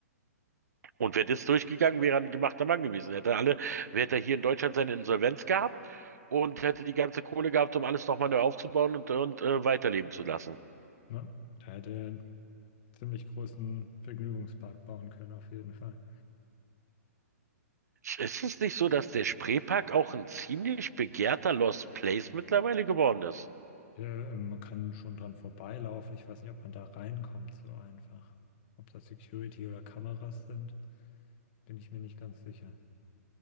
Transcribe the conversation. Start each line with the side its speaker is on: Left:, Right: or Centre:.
Right: Und wäre das durchgegangen, wäre er ein gemachter Mann gewesen. Hätte alle, hätte er hier in Deutschland seine Insolvenz gehabt und hätte die ganze Kohle gehabt, um alles nochmal neu aufzubauen und, und äh, weiterleben zu lassen.
Left: Ne? Da hätte ziemlich großen Vergnügungspark bauen können, auf jeden Fall.
Right: Ist es nicht so, dass der Spreepark auch ein ziemlich begehrter Lost Place mittlerweile geworden ist?
Left: Ja, ähm, man kann schon dran vorbeilaufen. Ich weiß nicht, ob man da reinkommt so einfach. Ob das Security oder Kameras sind, bin ich mir nicht ganz sicher.